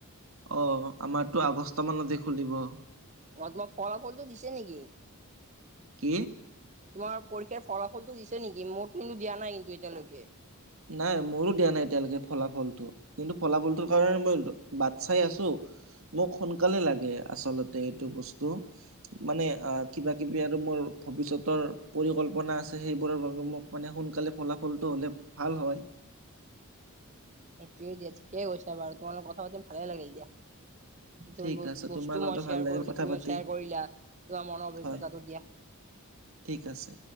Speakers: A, on the right; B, on the right.
A: অ আমাৰতো আগষ্ট মানতে খুলিব।
B: অ তোমাৰ ফলাফলটো দিছে নেকি?
A: কি?
B: তোমাৰ পৰীক্ষাৰ ফলাফলতো দিছে নেকি মোৰতো কিন্তু দিয়া নাই এতিয়ালৈকে।
A: নাই মোৰো দিয়া নাই এতিয়ালৈকে ফলাফলটো। কিন্তু ফলাফলটোৰ কাৰণে মই বাট চাই আছো। মোক সোনকালে লাগে আচলতে এইটো বস্তু। মানে আহ কিবা কিবি আৰু মোৰ ভৱিষ্যতৰ পৰিকল্পনা আছে সেইবোৰৰ বাবে মোক মানে সোনকালে ফলাফলটো হ'লে ভাল হয়।
B: সেইটোৱে দিয়া ঠিকেই কৈছ বাৰু তোমালোক কথা পাতিম ভালে লাগিল দিয়া। <unintelligible>
A: ঠিক আছে
B: বস্তু
A: তোমাৰ লগতে
B: মই শ্বেয়াৰ
A: ভাল লাগিল
B: কৰিলো
A: কথা
B: তুমি
A: পাতি
B: শ্বেয়াৰ কৰিলা। তোমাৰ মনৰ অভিজ্ঞতাটো
A: হয়
B: দিয়া।
A: ঠিক আছে।